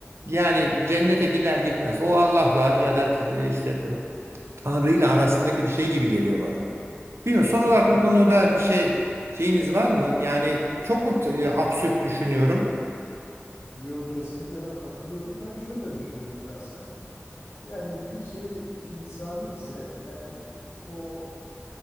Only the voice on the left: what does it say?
Evet.
yo kesinlikle ben katılıyorum. Ben şöyle düşünüyorum şahsen. Yani bir şey insani ise yani o